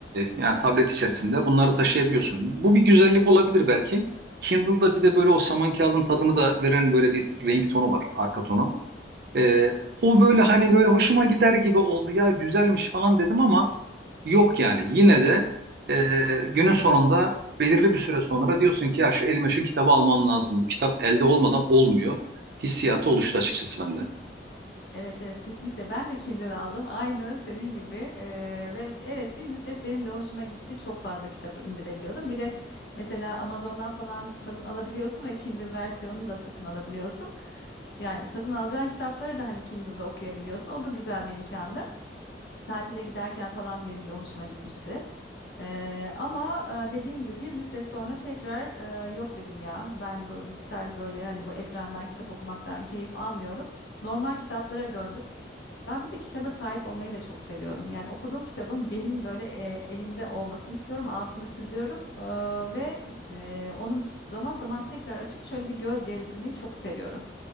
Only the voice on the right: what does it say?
yani tablet içerisinde bunları taşıyabiliyorsun. Bu bir güzellik olabilir belki. Kindle'da bir de böyle o saman kağıdın tadını da veren böyle bir renk tonu var, arka tonu. E, o böyle hani böyle hoşuma gider gibi oldu ya güzelmiş falan dedim ama Yok yani yine de e, günün sonunda belirli bir süre sonra diyorsun ki ya şu elime şu kitabı almam lazım. Bu kitap elde olmadan olmuyor. Hissiyatı oluştu açıkçası bende.